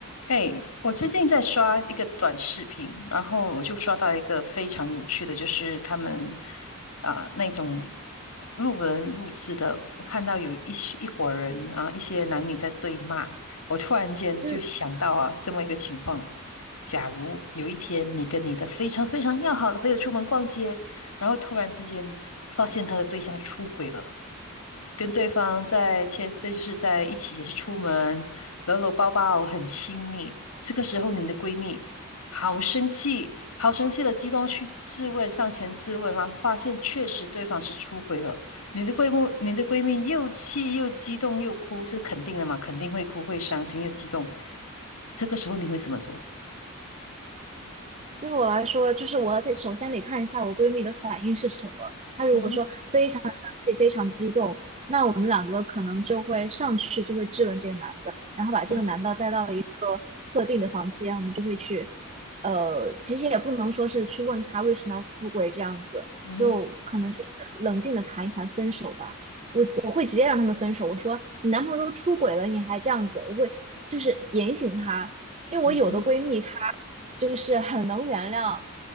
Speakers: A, on the left; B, on the right.
A: 哎，我最近在刷一个短视频，然后我就刷到一个非常有趣的，就是他们啊、那种路人录制的，我看到有一些一伙人啊、一些男女在对骂，我突然间就想到啊这么一个情况：
B: 嗯，
A: 假如有一天你跟你的非常非常要好的朋友出门逛街，然后突然之间发现他的对象出轨了，跟对方在切，这就是在一起，也是出门搂搂抱抱，很亲密。这个时候，你的闺蜜好生气，好生气的激动去质问，上前质问啊，发现确实对方是出轨了。你的闺蜜，你的闺蜜又气又激动又哭，这肯定的嘛，肯定会哭，会伤心又激动。这个时候你会怎么做？
B: 对我来说，就是我得首先得看一下我闺蜜的反应是什么。她如果说非常生气、
A: 嗯哼，
B: 非常激动，那我们两个可能就会上去就会质问这个男的，然后把这个男的带到一个特定的房间，
A: 嗯哼，
B: 我们就会去，呃，其实也不能说是去问他为什么要出轨这样子，
A: 嗯哼，
B: 就可能就是冷静的谈一谈分手吧。我会直接让他们分手。我说你男朋友都出轨了，你还这样子，我会就是点醒他，因为我有的闺蜜她
A: 嗯哼，
B: 就是很能原谅